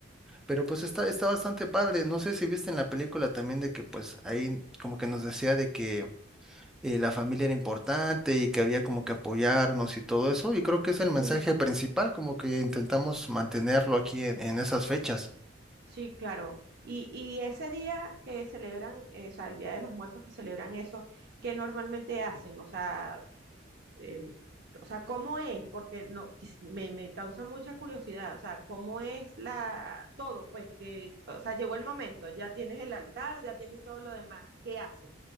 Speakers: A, in the centre; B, on the right (about 55°).
A: Pero pues está, está bastante padre. No sé si viste en la película también de que pues ahí como que nos decía de que... eh, la familia era importante y que había como que apoyarnos y todo eso, y creo que es el mensaje
B: ujú.
A: principal, como que intentamos mantenerlo aquí en en esas fechas.
B: Sí, claro. Y, y ese día que celebran, eh, o sea, el Día de los Muertos que celebran eso, ¿qué normalmente hacen? O sea, eh, o sea, ¿cómo es? Porque no, quis- me, me causa mucha curiosidad. O sea, ¿cómo es la todo? Pues que, o sea, llegó el momento, ya tienes el altar, ya tienes todo lo demás. ¿Qué hacen